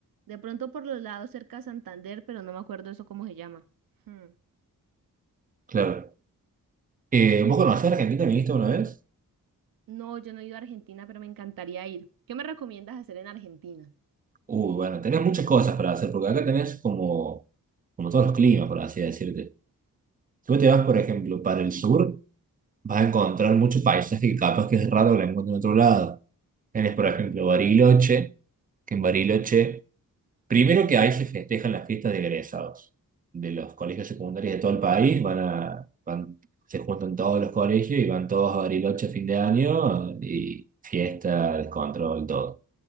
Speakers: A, on the right (about 75°); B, on the right (about 25°).
A: De pronto por los lados cerca a Santander, pero no me acuerdo eso cómo se llama. Hmm.
B: Claro. Eh, ¿vos conocés a Argentina? ¿Viniste una vez?
A: No, yo no he ido a Argentina, pero me encantaría ir. ¿Qué me recomiendas hacer en Argentina?
B: uy bueno, tenés muchas cosas para hacer, porque acá tenés como, como todos los climas, por así decirte. Si vos te vas, por ejemplo, para el sur, vas a encontrar mucho paisaje que capaz que es raro que lo encuentres en otro lado. Tenés, por ejemplo, Bariloche, que en Bariloche, primero que ahí se festejan las fiestas de egresados. De los colegios secundarios de todo el país, van a, van, se juntan todos los colegios y van todos a Bariloche a fin de año y fiesta, descontrol, todo.